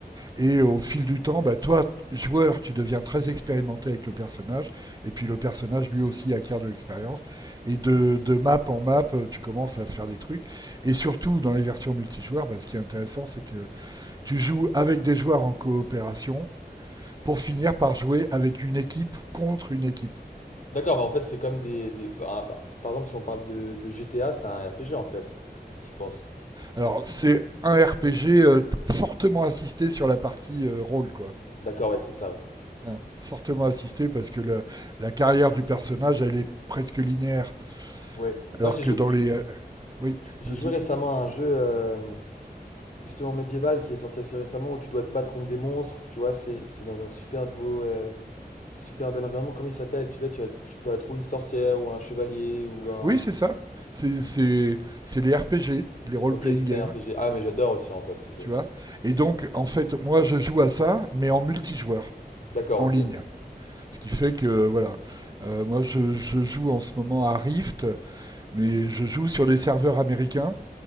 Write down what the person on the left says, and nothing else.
D'accord, bah en fait, c'est comme des, des- enfin, ah, par par exemple, si on parle de, de GTA, c'est un RPG en fait, quand tu y penses.
D'accord, ouais, c'est ça, ouais.
Ouais.
Moi, j'ai
joué,
j'ai j'ai
joué récemment à un jeu, euh, justement médiéval, qui est sorti assez récemment, où tu dois te battre contre des monstres, tu vois, c'est c'est dans un super beau, euh, super bel environnement. Comment il s'appelle? Tu sais, tu, as- tu peux être ou une sorcière, ou un chevalier, ou un.
Ok, c'était
un RPG. Ah, mais j'adore aussi en fait ce jeu.
D'accord,
ok.